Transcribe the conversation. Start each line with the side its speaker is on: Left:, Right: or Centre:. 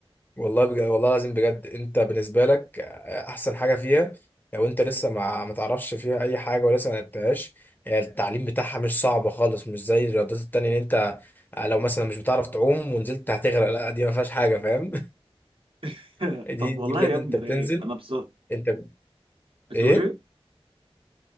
Left: والله بجد والله العظيم بجد انت بالنسبه لك آه، احسن حاجه فيها لو انت لسه ما ما تعرفش فيها اي حاجه ولسه ما لعبتهاش هي التعليم بتاعها مش صعب خالص مش زي الرياضات التانية ان انت آه، لو مثلا مش بتعرف تعوم ونزلت هتغرق لا دي ما فيهاش حاجه فاهم
Right: <laughs>
Left: <laughs> دي
Right: طب
Left: دي
Right: والله
Left: بجد
Right: يا ابني
Left: انت بتنزل
Right: ده ايه انا بصراحه
Left: انت
Right: بتقول
Left: ايه
Right: ايه